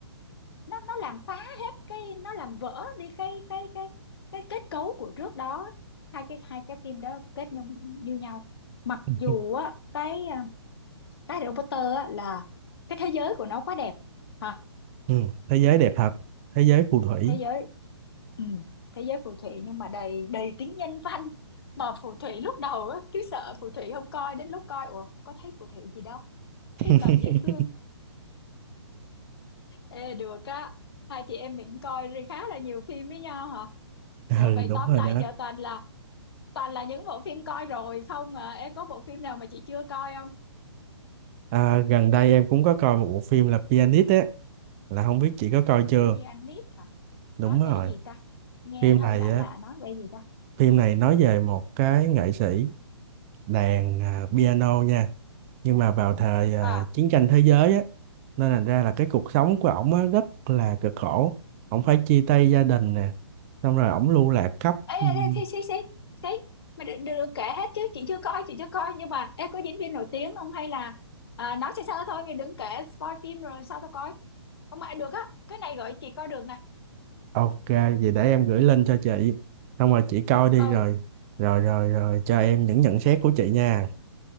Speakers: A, on the left (about 55°); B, on the right (about 30°).
A: nó nó làm phá hết cái nó làm vỡ đi cái cái cái cái kết cấu của trước đó hai cái hai cái phim đó kết nhau như nhau mặc
B: ừ,
A: dù á cái à, cái Harry Potter á là cái thế giới của nó quá đẹp hả
B: ừ, thế giới đẹp thật thế giới phù thủy
A: thế giới ừ, thế giới phù thủy nhưng mà đầy đầy tính nhân văn mà phù thủy lúc đầu á cứ sợ phù thủy không coi đến lúc coi ủa có thấy phù thủy gì đâu thấy
B: <laughs>
A: toàn dễ thương ê được á hai chị em mình coi rồi khá là nhiều phim với nhau hả
B: ừ
A: Ủa vậy
B: đúng
A: tóm
B: rồi
A: lại
B: đó
A: giờ toàn là toàn là những bộ phim coi rồi không à em có bộ phim nào mà chị chưa coi không
B: à, gần đây em cũng có coi một bộ phim là Pianist á là không biết chị có coi chưa
A: Pianist hả
B: đúng
A: nói
B: rồi
A: về gì ta nghe
B: phim
A: hơi
B: này
A: lạ
B: á
A: lạ nói về gì ta
B: phim này nói về một cái nghệ sĩ đàn à, piano nha nhưng mà vào thời à,
A: à
B: chiến tranh thế giới á nên thành ra là cái cuộc sống của ổng á rất là cực khổ ổng phải chia tay gia đình nè xong rồi ổng lưu lạc khắp
A: ê
B: Ừm,
A: ê ê xí xí xí xí mà đừng, đừng đừng kể hết chứ chị chưa coi chị chưa coi nhưng mà em có diễn viên nổi tiếng không hay là à, nói sơ sơ thôi mình đừng kể spoil phim rồi sao tao coi không ai được á cái này gửi chị coi được nè
B: ok vậy để em gửi link cho chị xong rồi chị coi đi
A: ừ
B: rồi rồi rồi rồi cho em những nhận xét của chị nha